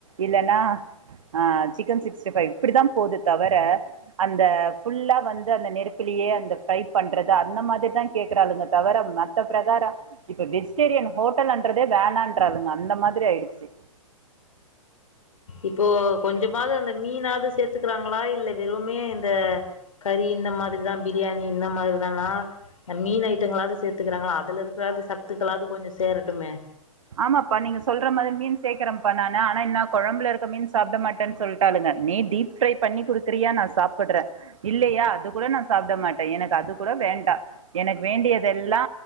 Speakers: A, on the right; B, on the left.
A: இல்லன்னா ஆ சிக்கன் சிக்ஸ்டி ஃபைவ் இப்டிதா போகுது தவர அந்த ஃபுல்லா வந்து அந்த நெருப்புலயே அந்த ஃப்ரை பண்றது அந்த மாதிரி தா கேக்குறாளுங்க தவர மத் த்த பிரகாரோ இப்ப வெஜிடேரியன் ஹோட்டல்லன்றதே வேணான்றாளுங்க அந்த மாதிரி ஆயிடுச்சு
B: இப்போ கொஞ்சமாவது அந்த மீனாவது சேத்துக்கிறாங்களா இல்ல வெறுமே இந்த கறி இந்த மாதிரிதா பிரியாணி இந்த மாரிதானா மீன் ஐட்டங்களாவது சேத்துக்கிறாங்களா அதுல இருக்குறதாது சத்துக்களாவது கொஞ்சோ சேரட்டுமே
A: ஆமாப்பா நீங்க சொல்ற மாதிரி மீன் சேக்கிரப்பா நானு ஆனா என்னா கொழம்புல இருக்க மீன் சாப்பிட மாட்டேன்னு சொல்ட்டாலுங்க நீ டீப் ப்ரை பண்ணி கொடுக்கறியா நா சாப்புட்ற இல்லயா அது கூட நா சாப்ட மாட்ட எனக்கு அதுக் கூட வேண்டா எனக்கு வேண்டியதெல்லா